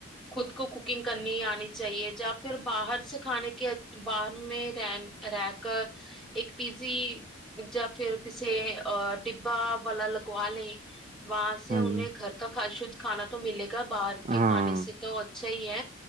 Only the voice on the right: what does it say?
ہاں
جی
ہاں